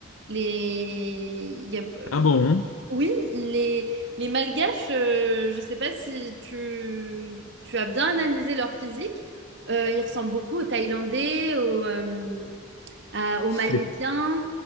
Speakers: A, on the right; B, on the left.
A: Les... il y a- euh,
B: Ah bon?
A: Oui, les, les Malgaches, euh, je ne sais pas si tu, tu as bien analysé leur physique. Euh, ils ressemblent beaucoup aux Thaïlandais, aux, euh, euh, aux
B: C'est-
A: Malaisiens.